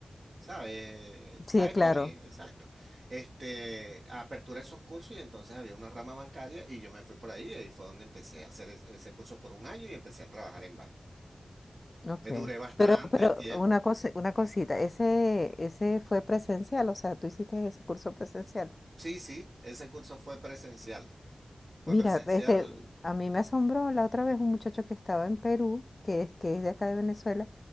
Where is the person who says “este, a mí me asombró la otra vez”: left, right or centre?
Left